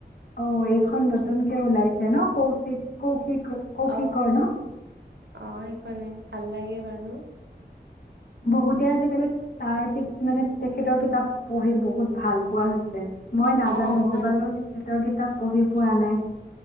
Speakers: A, on the left; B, on the right.
A: অ এইখন নতুনকে ওলাইছে ন কৌশিক কৌশিক কৌশিকৰ
B: অ
A: ন?
B: অ' সেইখনে ভাল লাগে বাৰু।
A: বহুতে আজিকালি তাৰ মানে তেখেতৰ কিতাপ পঢ়ি বহুত ভাল পোৱা হৈছে। মই নাজানো
B: অ
A: মই
B: মান
A: বাৰু তেখেতৰ কিতাপ পঢ়ি পোৱা নাই।